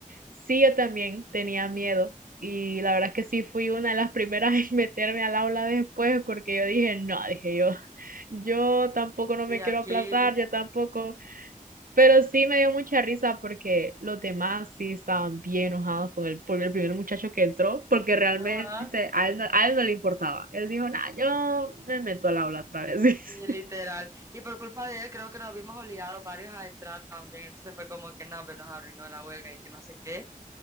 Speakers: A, on the right (about 80°); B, on the right (about 20°).
A: sí, yo también tenía miedo y la verdad es que sí fui una de las primeras <laughs> en meterme al aula después porque yo dije, no, dije yo, yo tampoco no
B: Sí,
A: me
B: aquí,
A: quiero aplazar, yo tampoco, pero sí me dio mucha risa porque los demás sí estaban bien enojados con el, por el primer muchacho que entró porque realmente
B: ajá,
A: a él no, a él no le importaba, él dijo, no, yo me meto al aula otra vez.
B: sí, literal.
A: <laughs>
B: Y por culpa de él, creo que nos vimos obligados varios a entrar también. Entonces fue como que no, pues nos arruinó la huelga y que no sé qué.